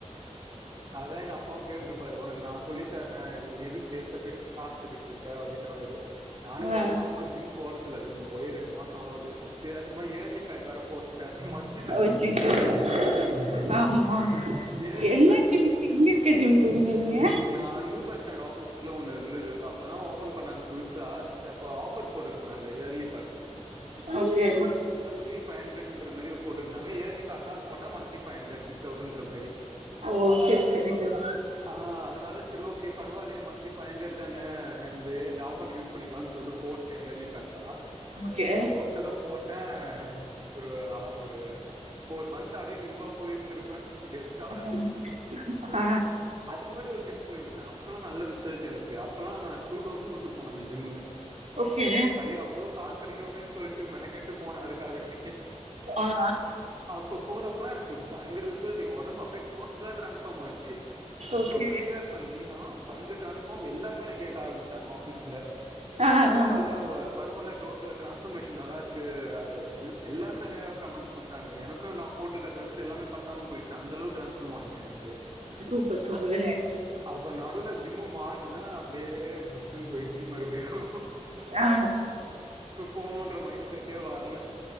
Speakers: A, on the right (about 35°); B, on the right (about 65°).
A: அதா எங்க அப்பாவு கேட்ருப்பாரு உனக்கு நா சொல்லி தரே நீ எதுக்கு வேஸ்ட்டா போய் காஸ் கட்டிட்ருக்க அப்டினுவாரு நானு
B: ஆ
A: ஒரு மாசமா ஜிம் போறதில்ல ரெண் போயே ரெண்டு மாசோ ஆவுது தெரியாதனமா இயர்லி பேக் வேர போட்டே மந்த்
B: ஓ செரி செரி ஆமா
A: இயர்லி
B: என்ன
A: பேக்
B: ஜிம் எங்க இருக்க ஜிம் கூடுங்கனே
A: நா நியூ பஸ்டாண்ட் ஆப்போசிட்ல ஒன்னு இருந்தது அப்பதா ஓபன் பண்ணாங்க புதுசா எப்போ ஆஃபர் போட்ருந்தாங்க early pack
B: okay
A: early by ஜண்ரட்ன்ற மாரி போட்டுருந்தாங்க இயர்லி பேக்கா போட்ட மந்த்லி பைவ் ஹண்ரடு சிக்ஸ் தௌஸ்சன்ற மாரி
B: ஓ சரி சரி சரி
A: ஆ அதனால செர் ஓகே பரவாயில்லயே மந்த்லி பைவ் ஹண்ட்ரடு தான இந்தே இந்த ஆபர்ஸ் யூஸ் பண்ணிக்கலாம்னு சொல்டு போட்டே இயர்லி பேக்கா
B: ஓகே
A: போட்டது போட்ட ஒரு ஒரு ஃபோர் மந்த் அட இதுவா போயிருந்திருப்பே கெத்தா
B: <unintelligible> ஆ
A: அதுக்கு முன்னாடி ஒரு ஜிம் போயிருந்தே அப்பல்லா நல்ல ரிசல்டு எனக்கு அப்பல்லா நா டூ தௌசண்ட் குடுத்து போன அந்த ஜிம்மு
B: ஓகே
A: அய்யோ அவ்ளோ காசு கட்டிடோமே சொல்ட்டு மெனக்கெட்டு போனே அதுக்காகவே
B: ஆ
A: அப் இப்ப போறப்ப எனக்கு பயங்ற ரிசல்டு எ உடம்பு அப்டியே டோட்டலா டிரான்ஸ்ஃபாம் ஆச்சு அவ்ளோ
B: ஓகே
A: ஒள்ளியா இருப்பன்டி நா பயங்ர டிரான்ஸ்ஃபாம் எல்லாருமே கேக்க ஆரம்பிச்சாங்க ஆஃபீஸ்ல
B: ஆ
A: பரவால்ல
B: ஆ
A: ஓ பரவால்ல டோட் டு டிரான்ஸ்பர்மேஷன் நல்லா இருக்கு எல்லாமே நெறைய கமெண்ட்ஸ் குடுத்தாங்க எனக்கும் நான் போட்டுக்க டிரஸ் எல்லாமே பத் தாம போய்டிச்சு அந்தளவு டிரான்ஸ்ஃபாம் ஆச்சு எனக்கு
B: சூப்பர் சூப்பருங்க
A: அப்றோ நடுல ஜிம்மு மாறன அப்டியே புஸ்ன்னு போயிடுச்சு மறுபடியும்
B: ஆ
A: இப்ப போணுன்ற மைண்ட் செட்டே வர்ல